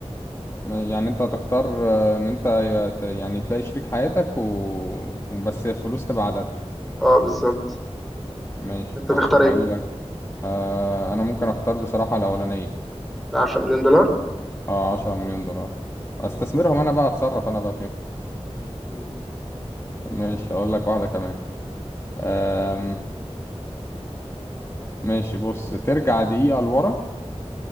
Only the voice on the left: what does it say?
يعني انت هتختار آه، ان انت يت- يعني تلاقي شريك حياتك و... وبس الفلوس تبقى على قد
ماشي
طيب
هقول
لك آه انا ممكن اختار بصراحة الاولانية
اه عشرة مليون دولار استثمرهم
انا بقى اتصرف انا بقى فيهم
ماشي هقول لك واحدة كمان آم... ماشي بص ترجع دقيقة لورا